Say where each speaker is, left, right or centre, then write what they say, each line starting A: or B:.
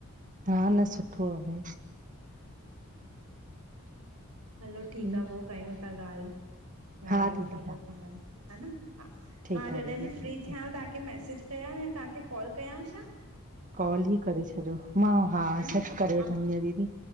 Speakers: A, on the right; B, on the right.
A: हा न, सुठो आहे भई।
B: हलो ठीकु
A: भई
B: आ पो कयूं था ॻाल्हि, ॻाल्हायूं
A: हा दीदी
B: था पो
A: हा
B: पाण में, ह न हा,
A: ठीकु
B: मां जॾहिं
A: आहे दीदी
B: ॿि फ्री
A: ठीकु
B: थियांव
A: आहे
B: तांखें मैसेज कयांव या तव्हांखे कॉल कयांव शा?
A: कॉल ही करे छॾियो, मां हां,
B: न
A: सब करे
B: मां
A: वठनीया, दीदी।